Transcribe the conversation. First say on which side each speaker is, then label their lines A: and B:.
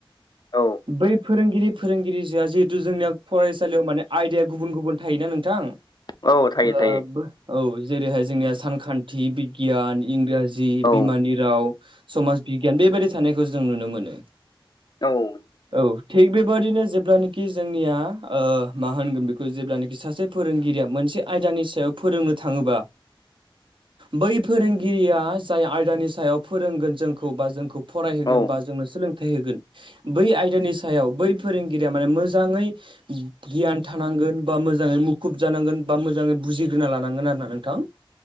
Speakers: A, on the left (about 50°); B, on the right (about 65°).
A: औ
B: बै फोरोंगिरि फोरोंगिरिजोआ जिहेतु जोंनिया फरायसालियाव माने आयदाया गुबुन गुबुन थायोना नोंथां ओ
A: औ थायो थायो
B: औ जेरैहाय जोंनिया सानखान्थि, बिगियान, इंराजि जि
A: औ
B: बिमानि राव, समाज बिगियान बेबायदि थानायखौ जों नुनो मोनो
A: औ
B: औ थिग बेबादिनो जेब्लानोाखि जोंनिया ओ मा होनगोन बेखौ जेब्लानोाखि सासे फोरोंगिरिया मोनसे आयदानि सायाव फोरोंनो थाङोबा बै फोरोंगिरिया जाय आयदानि सायाव फोरोंगोन जोंखौ बा जोंखौ फरायहोगोन
A: औ
B: बा जोंनो सोलोंथाइ होगोन बै आयदानि सायाव बै फोरोंगिरिया माने मोजाङै गियान थानांगोन बा मोजाङै मुखुब जानांगोन बा मोजाङै बुजिग्रोना लानांगोन आरो ना नोंथां